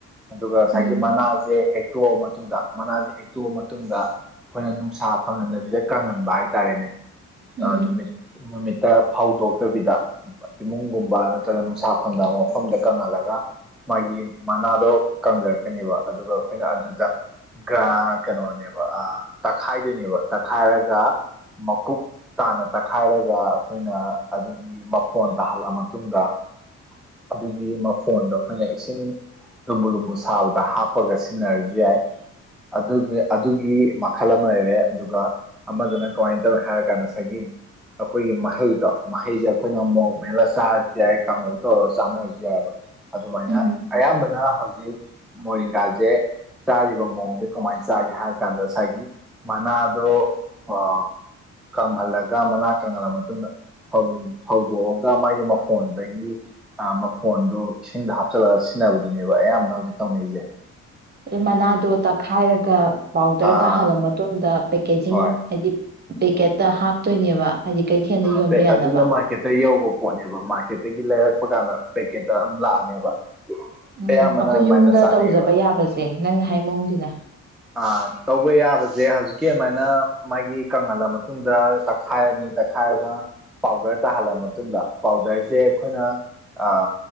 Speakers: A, in the centre; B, on the right.
A: ꯑꯗꯨ ꯉꯁꯥꯏꯒꯤ
B: ꯎꯝ
A: ꯃꯅꯥꯖꯦ ꯍꯦꯛ ꯇꯣꯛꯑ ꯃꯇꯨꯡꯗ ꯃꯅꯥꯁꯦ ꯍꯦꯛꯇꯣꯛꯑ ꯃꯇꯨꯡꯗ ꯑꯩꯈꯣꯏꯅ ꯅꯨꯡꯁꯥ ꯐꯪꯍꯟꯗꯕꯤꯗ ꯀꯪꯍꯟꯕ ꯍꯥꯏꯇꯥꯔꯦꯅꯦ
B: ꯎꯝ
A: ꯑ ꯅꯨꯃꯤꯠ ꯅꯨꯃꯤꯠꯇ ꯐꯧꯗꯣꯛꯇꯕꯤꯗ ꯏꯃꯨꯡꯒꯨꯝꯕ ꯅꯠꯇ꯭ꯔꯒ ꯅꯨꯡꯁꯥ ꯐꯪꯗꯕ ꯃꯐꯝꯗ ꯀꯪꯍꯜꯂꯒ ꯃꯥꯒꯤ ꯌꯨꯝ ꯃꯅꯥꯗꯣ ꯀꯪꯊꯔꯛ ꯀꯅꯦꯕ ꯑꯗꯨꯒ ꯑꯩꯈꯣꯏꯅ ꯑꯗꯨꯗ ꯒ꯭ꯔꯥ ꯀꯩꯅꯣꯅꯦꯕ ꯑꯥ ꯇꯛꯈꯥꯏꯗꯣꯏꯅꯦꯕ ꯇꯛꯈꯥꯏꯔꯒ ꯃꯀꯨꯞ ꯇꯥꯅ ꯇꯛꯈꯥꯏꯔꯒ ꯑꯩꯈꯣꯏꯅ ꯑꯗꯨꯒꯤ ꯃꯐꯣꯟ ꯇꯥꯍꯜꯂ ꯃꯇꯨꯡꯗ ꯑꯗꯨꯒꯤ ꯃꯐꯣꯟꯗꯣ ꯑꯩꯈꯣꯏꯅ ꯏꯁꯤꯡ ꯂꯨꯝꯕꯨ ꯂꯨꯝꯕꯨ ꯁꯥꯕ ꯍꯥꯞꯄꯒ ꯁꯤꯖꯤꯟꯅꯔꯁꯨ ꯌꯥꯏ ꯑꯗꯨꯒꯤ ꯑꯗꯨꯒꯤ ꯃꯈꯜ ꯑꯃ ꯂꯩꯔꯦ ꯑꯗꯨꯒ ꯑꯃꯗꯨꯅ ꯀꯃꯥꯏꯅ ꯇꯧꯌꯦ ꯍꯥꯏꯔꯀꯥꯟꯗ ꯉꯁꯥꯏꯒꯤ ꯑꯩꯈꯣꯏꯒꯤ ꯃꯍꯩꯗꯣ ꯃꯍꯩꯁꯦ ꯑꯩꯈꯣꯏꯅ ꯃꯣꯂꯣꯛ ꯃꯦꯠꯂꯒ ꯆꯥꯔꯁꯨ ꯌꯥꯏ ꯀꯥꯡꯉꯨ ꯇꯧꯔꯒ ꯆꯥꯅꯔꯁꯨ ꯌꯥꯏꯕ ꯑꯗꯨꯃꯥꯏꯅ
B: ꯎꯝ
A: ꯑꯌꯥꯝꯕꯅ ꯍꯧꯖꯤꯛ ꯃꯣꯔꯤꯡꯒꯥꯁꯦ ꯆꯥꯔꯤꯕ ꯃꯑꯣꯡꯁꯦ ꯀꯃꯥꯏ ꯆꯥꯒꯦ ꯍꯥꯏꯔ ꯀꯥꯟꯗ ꯉꯁꯥꯏꯒꯤ ꯃꯅꯥꯗꯣ ꯑ ꯀꯪꯍꯜꯂꯒ ꯃꯅꯥ ꯀꯪꯍꯜꯂ ꯃꯇꯨꯡꯗ ꯐꯧꯗꯣꯛꯑꯒ ꯃꯥꯒꯤ ꯃꯐꯣꯟꯗꯒꯤ ꯑ ꯃꯐꯣꯟꯗꯣ ꯏꯁꯤꯡꯗ ꯍꯥꯞꯆꯤꯜꯂꯒ ꯁꯤꯖꯤꯟꯅꯕꯗꯨꯅꯦꯕ ꯑꯌꯥꯝꯕꯅ ꯍꯧꯖꯤꯛ ꯇꯧꯅꯩꯖꯦ
B: ꯑꯗꯩ ꯃꯅꯥꯗꯣ ꯇꯛꯈꯥꯏꯔꯒ ꯄꯥꯎꯗꯔ
A: ꯑꯥ
B: ꯇꯥꯍꯜꯂ
A: ꯑꯥ
B: ꯃꯇꯨꯡꯗ ꯄꯦꯀꯦꯖꯤꯡ
A: ꯍꯣꯏ
B: ꯍꯥꯏꯗꯤ ꯄꯦꯀꯦꯠꯇ ꯍꯥꯞꯇꯣꯏꯅꯦꯕ ꯍꯥꯏꯗꯤ ꯀꯩꯊꯦꯜꯗ
A: ꯑ
B: ꯌꯣꯟꯕ
A: ꯕꯦ
B: ꯌꯥꯅꯕ
A: ꯑꯗꯨꯅ ꯃꯥꯔꯀꯦꯠꯇ ꯌꯧꯕ ꯄꯣꯠꯅꯦꯕ ꯃꯥꯔꯀꯦꯠꯇꯒꯤ ꯂꯩꯔꯛꯄ ꯀꯥꯟꯗ ꯄꯦꯛꯀꯦꯠꯇ ꯑꯗꯨꯝ ꯂꯥꯛꯑꯅꯦꯕ
B: ꯎꯝ
A: ꯑꯌꯥꯝꯕꯅ
B: ꯑꯩꯈꯣꯏ
A: ꯑꯗꯨꯃꯥꯏꯅ
B: ꯌꯨꯝꯗ
A: ꯆꯥꯅꯩꯌꯦꯕ
B: ꯇꯧꯖꯕ ꯌꯥꯕꯁꯦ ꯅꯪꯅ ꯍꯥꯏ ꯃꯑꯣꯡꯁꯤꯅ
A: ꯑ ꯇꯧꯕ ꯌꯥꯕꯖꯦ ꯍꯧꯖꯤꯛꯀꯤ ꯑꯃꯥꯏꯅ ꯃꯥꯒꯤ ꯀꯪꯍꯜꯂ ꯃꯇꯨꯡꯗ ꯇꯛꯈꯥꯏꯔꯅꯤ ꯇꯛꯈꯥꯏꯔꯒ ꯄꯥꯎꯗꯔ ꯇꯥꯍꯜꯂ ꯃꯇꯨꯡꯗ ꯄꯥꯎꯗꯔꯁꯦ ꯑꯩꯈꯣꯏꯅ ꯑ